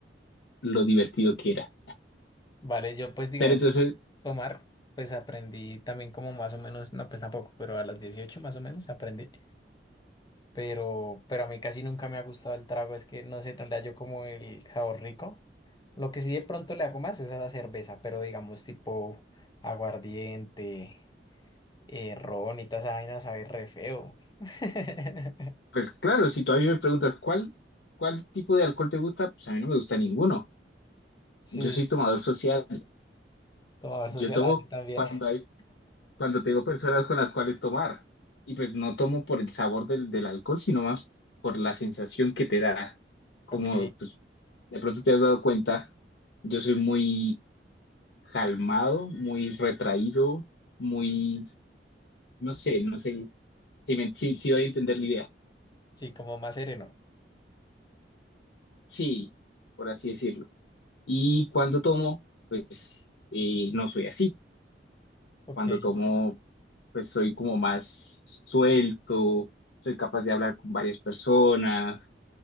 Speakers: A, on the left; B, on the left.
A: lo divertido que era.
B: Vale, yo pues digamos,
A: Pero entonces
B: tomar, pues aprendí también como más o menos, no pues tampoco, pero a los 18 más o menos aprendí. Pero, pero a mí casi nunca me ha gustado el trago, es que no sé, no le hallo como el sabor rico. Lo que sí de pronto le hago más es a la cerveza, pero digamos tipo aguardiente, eh, ron y toda esa vaina sabe re feo. <laughs>
A: Pues claro, si todavía me preguntas cuál, cuál tipo de alcohol te gusta, pues a mí no me gusta ninguno.
B: Sí,
A: Yo soy tomador social.
B: tomar
A: Yo
B: social,
A: tomo
B: ah, yo también.
A: cuando
B: <laughs>
A: hay, cuando tengo personas con las cuales tomar. Y pues no tomo por el sabor del, del alcohol, sino más por la sensación que te da. Como
B: Ok,
A: pues de pronto te has dado cuenta, yo soy muy calmado, muy retraído, muy, no sé, no sé si, me- si, si doy a entender la idea.
B: sí, como más sereno.
A: Sí, por así decirlo. Y cuando tomo, pues eh, no soy así.
B: Ok.
A: Cuando tomo, pues soy como más suelto, soy capaz de hablar con varias personas,